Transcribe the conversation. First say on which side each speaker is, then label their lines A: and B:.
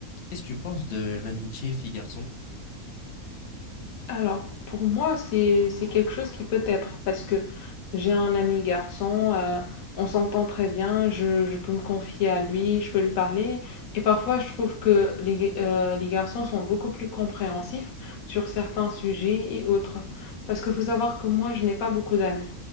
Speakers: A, on the left; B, on the left.
A: Qu'est-ce que tu penses de l'amitié fille-garçon?
B: Alors, pour moi, c'est c'est quelque chose qui peut être parce que j'ai un ami garçon, euh, on s'entend très bien, je, je peux me confier à lui, je peux lui parler. Et parfois, je trouve que les, euh, les garçons sont beaucoup plus compréhensifs sur certains sujets et autres. Parce qu'il faut savoir que moi, je n'ai pas beaucoup d'amis.